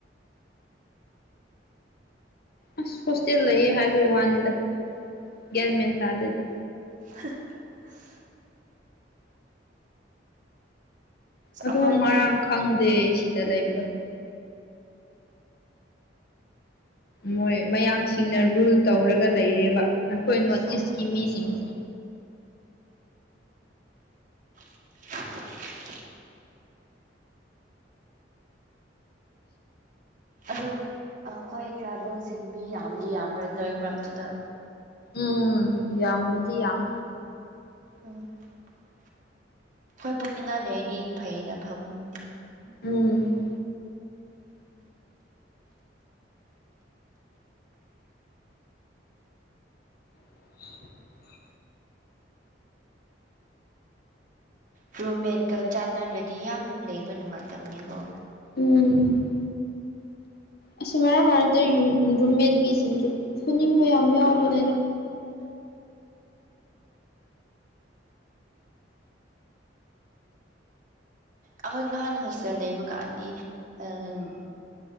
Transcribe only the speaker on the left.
ꯑꯁ ꯍꯣꯁꯇꯦꯜ ꯂꯩꯌꯦ ꯍꯥꯏꯕꯒꯤ ꯋꯥꯅꯤꯗ ꯒ꯭ꯌꯥꯟ ꯃꯦꯟ ꯇꯥꯗꯗꯤ
ꯑꯗꯨ
ꯉꯔꯥꯡ ꯈꯪꯗꯦ ꯁꯤꯗ ꯂꯩꯕꯗꯣ ꯃꯣꯏ ꯃꯌꯥꯝꯡꯁꯤꯡꯅ ꯔꯨꯜ ꯇꯧꯔꯒ ꯂꯩꯔꯦꯕ ꯑꯩꯈꯣꯏ ꯅꯣꯔꯠ
ꯏꯁꯀꯤ ꯃꯤꯁꯤꯡꯁꯦ
ꯎꯝ ꯌꯥꯝꯗꯤ ꯌꯥꯝꯝ
ꯎꯝ ꯑ <unintelligible> <inaudible>
ꯎꯨ <unintelligible> <inaudible> ꯑꯁꯤꯁ ꯃꯔꯛ ꯃꯔꯛꯇ ꯔꯨꯝꯃꯦꯠ ꯃꯤꯁꯤꯡꯁꯨ ꯐꯨꯅꯤꯡꯕ ꯌꯥꯝ ꯌꯥꯎꯕꯅꯦꯗꯣ